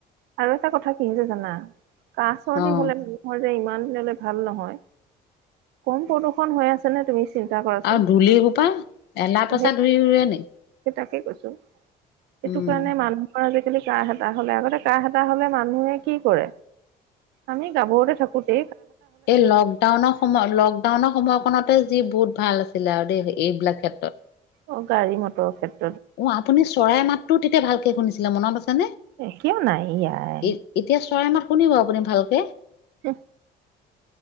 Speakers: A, on the right (about 80°); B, on the left (about 80°).
A: আৰু এটা কথা কি হৈছে জানা কা চৰ্দি
B: অ'।
A: হলে ম যে ইমান দিনলে ভাল নহয় কম প্ৰদূষণ হৈ আছে নে তুমি চিন্তা কৰাচোন
B: আৰু ধূলি সোপা এলা পচা
A: সেই
B: ধূলি উৰে নি
A: সেই তাকে কৈছো সেইটো
B: উম।
A: কাৰণে মানুহৰ আজিকালি কা হেতাহ হলে আগতে কাহ এটা হলে মানুহে কি কৰে আমি গাভৰতে থাকোতে
B: এই লকডাউনৰ সময় লকডাউনৰ সময়কতে যি বু ভাল আছিলে আৰু দেই এইবিলাক ক্ষেত্ৰত
A: অ গাড়ী মটৰ ক্ষেত্ৰত
B: অ আপুনি চৰাই মাততো তেতিয়া ভালকে শুনিছিলে মন আছে
A: এ কিয় নাই ইয়াই
B: এতিয়া চৰাইমাত শুনিব আপুনি ভালকে
A: উ